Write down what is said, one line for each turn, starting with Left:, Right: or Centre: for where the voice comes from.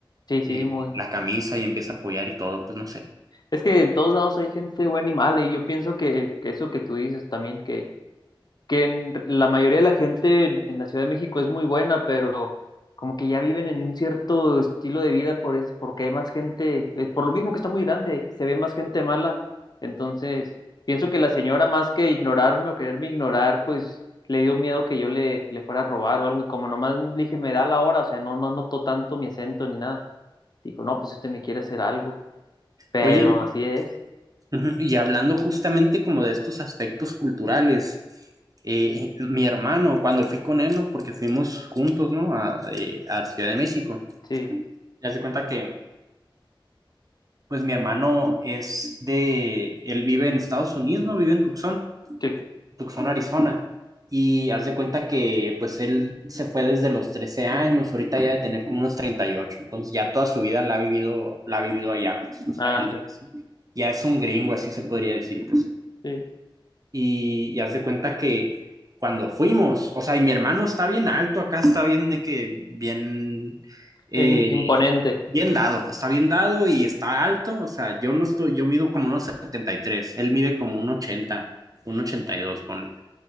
Left: sí, sí,
Right: eh,
Left: muy.
Right: la camisa y empieza a apoyar y todo, pues no sé.
Left: Es que en todos lados hay gente buena y mala, y yo pienso que, que eso que tú dices también, que que en- la mayoría de la gente en, en la Ciudad de México es muy buena, pero como que ya viven en un cierto estilo de vida por eso, porque hay más gente, eh, por lo mismo que está muy grande, se ve más gente mala. Entonces, pienso que la señora, más que ignorarme o quererme ignorar, pues le dio miedo que yo le, le fuera a robar o algo. Y como nomás le dije, me da la hora, o sea, no, no notó tanto mi acento ni nada. Dijo, no, pues usted me quiere hacer algo. Pero
Right: Oye, y,
Left: así es.
Right: ujú, y hablando justamente como de estos aspectos culturales, eh, eh, mi hermano, cuando fui con él, ¿no? Porque fuimos juntos, ¿no? A, eh, a Ciudad de México.
Left: Sí,
Right: Ya se cuenta que, pues mi hermano es de, él vive en Estados Unidos, ¿no? Vive en Tucson.
Left: sí.
Right: Tucson, Arizona. Y haz de cuenta que pues él se fue desde los 13 años, ahorita ya de tener como unos 38 entonces ya toda su vida la ha vivido, la ha vivido allá, pues, o sea,
Left: Ah,
Right: él
Left: sí.
Right: ya es, ya es un gringo, así se podría decir, pues.
Left: sí.
Right: Y, y haz de cuenta que cuando fuimos, o sea, y mi hermano está bien alto, acá está bien de que, bien, eh,
Left: En- Imponente.
Right: bien dado, está bien dado y está alto, o sea, yo no estoy, yo mido como unos 73 él mide como un 80 un 82 ponle.